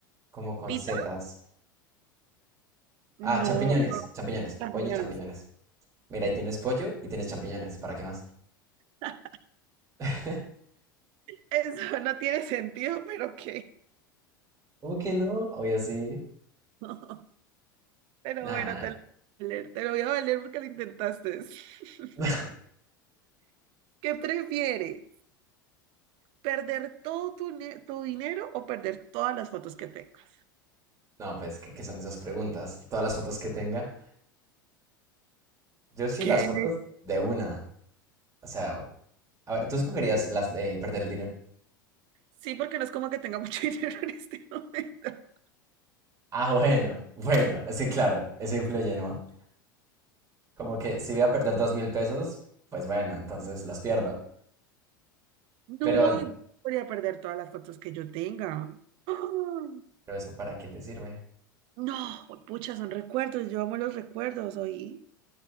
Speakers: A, on the right (about 30°); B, on the right (about 50°).
A: Como con
B: pita.
A: setas.
B: No,
A: Ah, champiñones,
B: no,
A: champiñones,
B: champiñones.
A: pollo y champiñones. Mira, ahí tienes pollo y tienes champiñones, ¿para qué más?
B: <laughs>
A: <laughs>
B: Eso no tiene sentido, pero ok.
A: ¿Cómo que no? Obvio sí.
B: <laughs> Pero
A: Nada,
B: bueno,
A: nada.
B: te lo voy a valer, te lo voy a valer porque lo intentaste. <laughs>
A: <laughs>
B: ¿Qué prefieres? ¿Perder todo tu, ne- tu dinero o perder todas las fotos que tengas?
A: No, pues, ¿qué, qué son esas preguntas? Todas las fotos que tenga. Yo sí,
B: ¿Qué?
A: las fotos de una. O sea, a ver, ¿tú escogerías las de perder el dinero?
B: Sí, porque no es como que tenga mucho <laughs> dinero en este momento.
A: Ah, bueno, bueno, sí, claro, eso influye, ¿no? Como que si voy a perder dos mil pesos, pues bueno, entonces las pierdo.
B: No,
A: Pero,
B: yo podría perder todas las fotos que yo tenga. <gasps> ¡Ah!
A: pero ¿eso para qué te sirve?
B: No, pucha, son recuerdos. Yo amo los recuerdos, ¿oí?